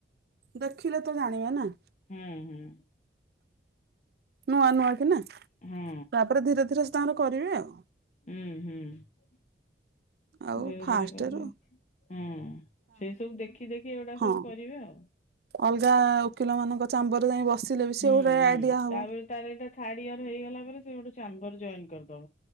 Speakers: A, on the right; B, on the left.
A: ଦେଖିଲେ ତ ଜାଣିବେ ନା।
B: ହୁଁ ହୁଁ।
A: ନୂଆ ନୂଆ କି ନା
B: ହଁ
A: ତାପରେ ଧୀରେ ଧୀରେ ସେ ତାଙ୍କର କରିବେ ଆଉ।
B: ହୁଁ ହୁଁ।
A: ଆଉ
B: ଧୀରେ
A: ଫାଷ୍ଟ
B: ଧୀରେ କରିବେ
A: ରୁ।
B: ହୁଁ ସେଇ ସବୁ ଦେଖି ଦେଖି ଏଗୁଡା
A: ହଁ
B: ସବୁ କରିବେ ଆଉ।
A: ଅଲଗା ଓକିଲ ମାନଙ୍କ ଚାମ୍ବରରେ ଯାଇ ବସିଲେ ବି
B: ହୁଁ
A: ସେ ଗୋଟେ
B: ହୁଁ
A: ଆଇଡିଆ ହବ।
B: ତାପରେ ତାର ଏଇଟା ଥାର୍ଡ ଇୟର ହେଇଗଲା ପରେ ସେ ଗୋଟେ ଚାମ୍ବର ଜଏନ କରିଦବ